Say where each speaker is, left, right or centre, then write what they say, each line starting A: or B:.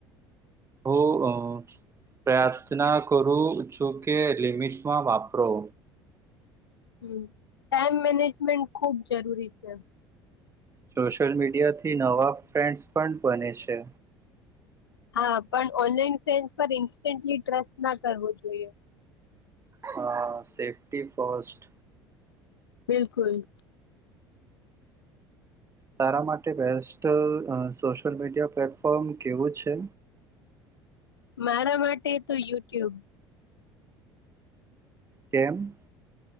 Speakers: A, on the right (about 20°); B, on the left (about 80°).
A: હું અહ પ્રાર્થના કરું છું કે લિમિટમાં વાપરો.
B: હમ્મ, ટાઈમ મેનેજમેન્ટ ખૂબ જરૂરી છે..
A: સોશિયલ મીડિયાથી નવા ફ્રેન્ડસ પણ બને છે.
B: હા, પણ ઓનલાઈન ફ્રેન્સ પર ઇન્સ્ટન્ટલી ટ્રસ્ટ ના કરવો જોઈએ.
A: હા, સેફ્ટી ફસ્ટ.
B: બિલકુલ.
A: તારા માટે બેસ્ટ અહ સોશિયલ મીડિયા પ્લેટફોર્મ કેવું છે?
B: મારા માટે તો યુટ્યુબ.
A: કેમ?